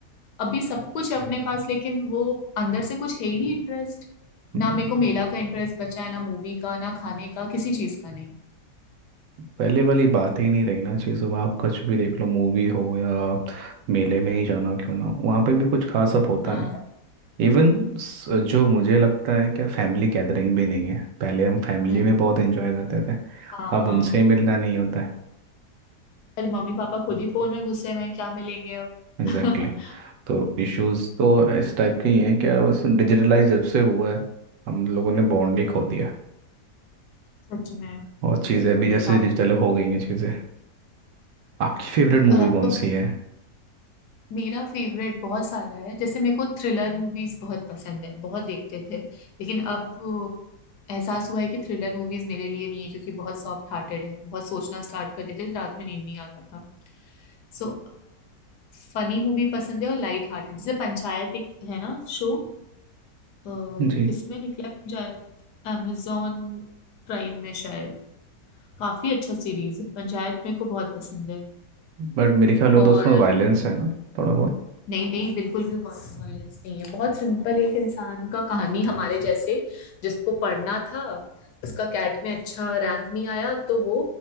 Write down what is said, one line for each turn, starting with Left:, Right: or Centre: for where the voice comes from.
Left: अभी सब कुछ है अपने पास लेकिन वो अंदर से कुछ है ही नहीं इंटरेस्ट
Right: हम्म,
Left: ना मेरे को मेला का इंटरेस्ट बचा है ना मूवी का ना खाने का किसी चीज का नहीं
Right: पहले वाली बात ही नहीं रही ना चीज़ों में आप कुछ भी देख लो मूवी हो या आप मेले में ही जाना क्यों ना हो, वहाँ पे भी कुछ खास अब होता
Left: हाँ
Right: नहीं इवन जो मुझे लगता है क्या फैमिली गैदरिंग भी नहीं है पहले हम फैमिली
Left: हम्म
Right: में बहुत एंजॉय करते थे
Left: हाँ
Right: अब उनसे मिलना नहीं होता है
Left: अरे मम्मी पापा खुद ही फोन में घुसे हुए हैं क्या मिलेंगे अब
Right: Exactly
Left: <laughs>
Right: exactly. तो इश्यूज तो इस टाइप के ही हैं क्या बस डिजिटलाइज जब से हुआ है हम लोगों ने बॉन्ड ही खो दिया
Left: सच में
Right: और चीज़ें भी
Left: ये
Right: जैसे
Left: बात
Right: डिजिटल हो गई हैं चीज़ें आपकी फेवरेट मूवी
Left: और अब
Right: कौन
Left: तो
Right: सी है
Left: मेरा फेवरेट बहुत सारा है जैसे मेरे को थ्रिलर मूवीज बहुत पसंद है बहुत देखते थे लेकिन अब अ, एहसास हुआ है कि थ्रिलर मूवीज मेरे लिए नहीं है क्योंकि बहुत सॉफ्ट हार्टेड है बहुत सोचना स्टार्ट कर देते थे रात में नींद नहीं आता था सो फनी मूवी पसंद है और लाइट हार्टेड जैसे पंचायत एक है ना शो किसमें
Right: जी
Left: निकला है पंचायत amazon प्राइम में शायद काफी अच्छा सीरीज है पंचायत मेरे को बहुत पसंद है
Right: बट मेरे ख्याल में
Left: और
Right: तो उसमें वायलेंस है ना थोड़ा बहुत
Left: नहीं नहीं बिल्कुल भी वायलेंस नहीं है बहुत सिंपल एक इंसान का कहानी हमारे जैसे जिसको पढ़ना था उसका कैट में अच्छा रैंक नहीं आया तो वो